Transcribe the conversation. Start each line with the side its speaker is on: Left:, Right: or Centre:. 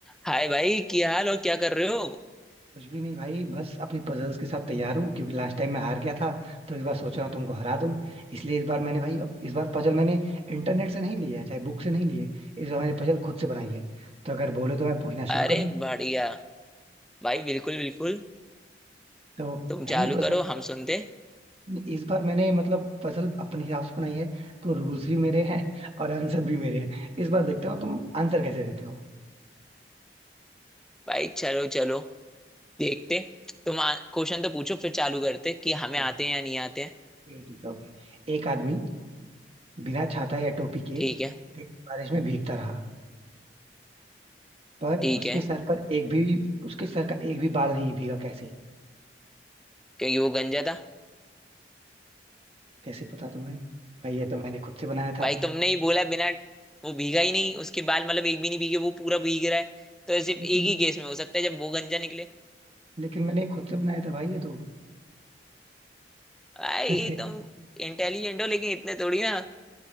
Centre: हाय भाई क्या हाल और क्या कर रहे हो
Right: कुछ भी नहीं भाई बस अपने पजल्स के साथ तैयार हूँ क्योंकि लास्ट टाइम मैं हार गया था तो इस बार सोच रहा हूँ तुमको हरा दूं इसलिए इस बार मैंने भाई अब इस बार पजल मैंने इंटरनेट से नहीं लिया है चाहे बुक से नहीं लिए इस बार मैंने पजल खुद से बनाई है तो अगर बोले तो मैं पूछना शुरू
Centre: अरे
Right: करूँ
Centre: बढ़िया भाई बिल्कुल बिल्कुल
Right: तो
Centre: तुम
Right: पहली
Centre: चालू
Right: पजल
Centre: करो हम सुनते
Right: इस बार मैंने मतलब पजल अपने हिसाब से बनाई है तो रूल्स भी मेरे हैं और आंसर भी मेरे हैं इस बार देखता हूँ तुम आंसर कैसे देते हो
Centre: भाई चलो चलो देखते तुम क्वेश्चन तो पूछो फिर चालू करते कि हमें
Right: ठीक
Centre: आते हैं या नहीं आते हैं
Right: ठीक है ठीक है ओके एक आदमी बिना छाता या टोपी के
Centre: ठीक है
Right: तेज बारिश में भीगता रहा पर
Centre: ठीक
Right: उसके
Centre: है
Right: सर पर एक भी उसके सर का एक भी बाल नहीं भीगा कैसे
Centre: क्योंकि वो गंजा था
Right: कैसे पता तुम्हें भाई ये तो मैंने खुद से बनाया था
Centre: भाई तुमने ही बोला बिना वो भीगा ही नहीं उसके बाल मतलब एक भी नहीं भीगे वो पूरा भीग रहा है तो सिर्फ
Right: लेकिन
Centre: एक ही केस में हो सकता है जब वो गंजा निकले
Right: लेकिन मैंने खुद से बनाया था भाई ये तो
Centre: भाई
Right: अरे
Centre: तुम इंटेलिजेंट हो लेकिन इतने थोड़ी ना